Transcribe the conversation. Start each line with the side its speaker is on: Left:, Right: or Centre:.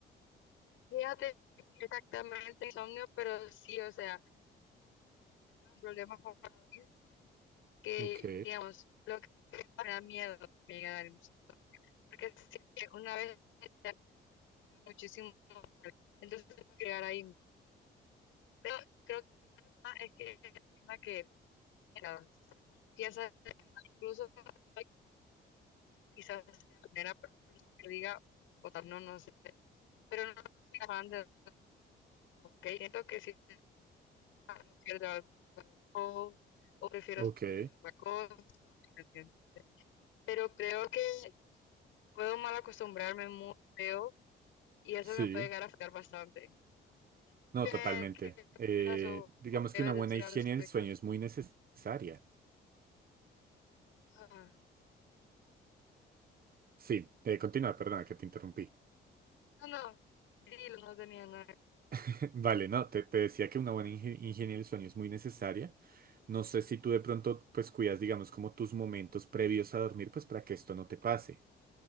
Left: Fíjate que exactamente insomnio, pero sí, o sea, problemas para dormir que,
Right: Ok,
Left: digamos, lo que me da miedo me llega a dar insomnio, porque siempre una vez ya muchísimo, entonces no quiero llegar ahí. Pero creo que es que es una que mira, piensa incluso no hay- quizás sea la primera persona que diga, o tal, no, no sé, pero no soy fan de ok, siento que si no pierdo algo o, o prefiero
Right: ok,
Left: hacer otra cosa, ¿me entiendes? Pero creo que puedo mal acostumbrarme muy feo y eso
Right: sí,
Left: me puede llegar a afectar bastante.
Right: no,
Left: ¿Qué,
Right: totalmente.
Left: qué
Right: Eh,
Left: piensas o,
Right: digamos
Left: o qué
Right: que
Left: debes
Right: una
Left: decir
Right: buena higiene
Left: al respecto?
Right: del sueño es muy necesaria.
Left: Ah.
Right: Sí, eh, continúa, perdona que te interrumpí.
Left: No, no, dilo, no tenía nada.
Right: <laughs> Vale, no, te, te decía que una buena inge- higiene del sueño es muy necesaria. No sé si tú de pronto pues cuidas, digamos, como tus momentos previos a dormir, pues para que esto no te pase.